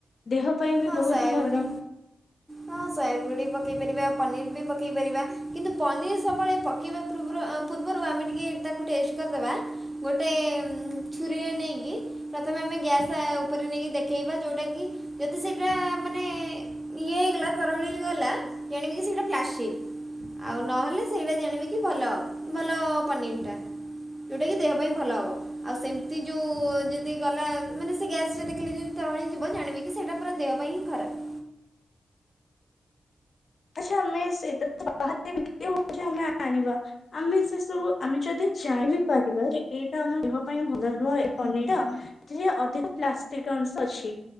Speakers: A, on the left; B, on the right.
A: ଦେହ ପାଇଁ ବି
B: ହଁ
A: ବହୁତ
B: ସାୟାବଡ଼ି
A: ହି ଭଲ
B: ହଁ ସୋୟାବୁଡ଼ି ପକାଇ ପାରିବା ପନିର୍ ବି ପକାଇ ପାରିବା କିନ୍ତୁ ପନିର୍ ସବୁବେଳେ ପକେଇବା ପୂର୍ବରୁ ଆ ପୂର୍ବରୁ ଆମେ ଟିକେ ତାକୁ ଟେଷ୍ଟ୍ କରିଦେବ ଗୋଟେ ଛୁରୀରେ ନେଇକି ପ୍ରଥମେ ଆମେ ଗ୍ୟାସ୍ ଉପରେ ନେଇକି ଦେଖେଇବା ଯେଉଟାକି ଦି ସେଇଟା ମାନେ ଇଏ ହେଇଗଲା ତରଳି ଗଲା ଜାଣିବୁ କି ସେଟା ପ୍ଲାଷ୍ଟିକ। ଆଉ ନହେଲେ ସେଇଟା ଜାଣିବି କି ଭଲ ଭଲ ପନିର୍ ଟା। ଯୋଉଟାକି ଦେହ ପାଇଁ ଭଲ ହେବ ଆଉ ସେମିତ୍ ଯୋଉ ଯଦି ଗଲା ମାନେ ସେ ଗ୍ୟାସ୍ ରେ ଦେଖିଲେ ଯଦି ତରଳି ଯିବ ଜାଣିବି କି ସେଇଟା ପୁରା ଦେହ ପାଇଁ ଖରାପ୍।
A: ଆଛା ଆମେ ସେଇଟା ତ ବାହାରେ ବିକ୍ରି ହୋଉଛି ଆମେ ଆଣିବା ଆମେ ସେ ସବୁ ଆମେ ଯଦି ଜଣି ବିି ପାରିବା ଯେ ଏଇଟା ଆମ ଦେହ ପାଇଁ ଭଲ ନୁହଁ ଏ ପନିର୍ ଟା ଏଥିରେ ଅଧିକ ପ୍ଲାଷ୍ଟିକ୍ ଜିନିଷ ଅଛି।